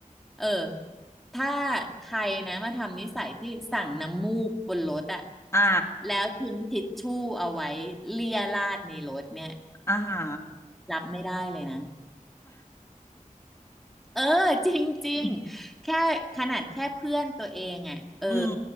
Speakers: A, in the centre; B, on the left.
A: เออ ถ้าใครนะมาทำนิสัยที่สั่งน้ำมูกบนรถอะ
B: อ่า
A: แล้วทิ้งทิชชู่เอาไว้เลียราดในรถเนี่ย
B: อ่าฮะ
A: รับไม่ได้เลยนะ เออ <laughs> จริงจริง
B: <laughs>
A: แค่ขนาดแค่เพื่อนตัวเองอ่ะเออ
B: อืม